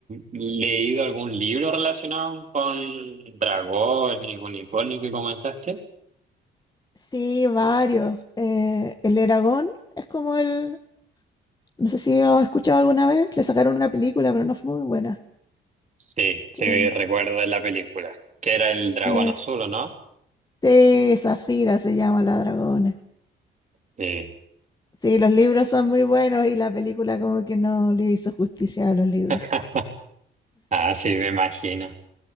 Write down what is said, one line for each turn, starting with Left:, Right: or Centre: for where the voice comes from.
Right: leído algún libro relacionado con dragones, unicornios que comentaste?
Left: Sí, varios. Eh, el Eragon es como el. No sé si lo has escuchado alguna vez. Le sacaron una película, pero no fue muy buena.
Right: Sí, sí,
Left: Qué bu-
Right: recuerdo la película, que era el dragón
Left: Sí,
Right: azul, ¿o no?
Left: sí, Zafira se llama la dragona.
Right: Sí.
Left: Sí, los libros son muy buenos y la película como que no le hizo justicia a los libros.
Right: <laughs> Ah, sí, me imagino.